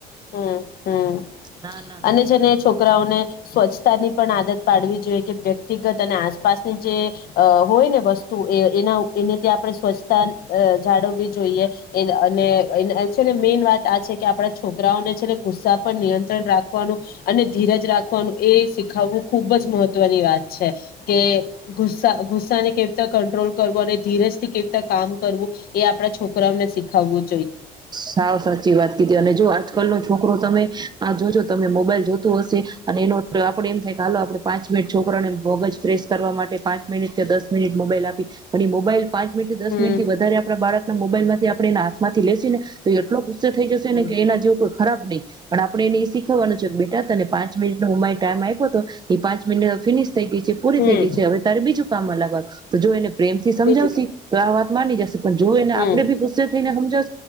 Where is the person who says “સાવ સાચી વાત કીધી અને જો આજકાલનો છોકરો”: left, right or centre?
Right